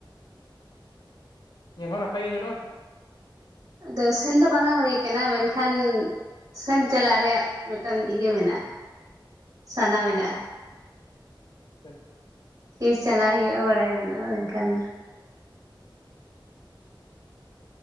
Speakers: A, on the left (about 60°); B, on the right (about 45°).
A: ᱧᱮᱞ ᱦᱚᱸ ᱱᱟᱯᱟᱭ ᱜᱮ ᱧᱮᱞᱚᱜᱼᱟ᱾
B: ᱟᱫᱚ ᱥᱮᱱ ᱫᱚ ᱵᱟᱝᱟ ᱦᱩᱭ ᱠᱟᱱᱟ ᱢᱮᱱᱠᱷᱟᱱ ᱥᱮᱱ ᱪᱟᱞᱟᱜ ᱨᱮᱭᱟᱜ ᱢᱤᱫᱴᱟᱝ ᱤᱭᱟᱹ ᱢᱮᱱᱟᱜᱼᱟ ᱥᱟᱱᱟ ᱢᱮᱱᱟᱜᱼᱟ᱾
A: ᱪᱮᱫ
B: ᱛᱤᱥ ᱪᱟᱞᱟᱣ ᱦᱩᱭᱩᱜᱼᱟ ᱵᱟᱲᱟᱭ ᱵᱟᱱᱩᱜᱼᱟ ᱢᱮᱱᱠᱷᱟᱱ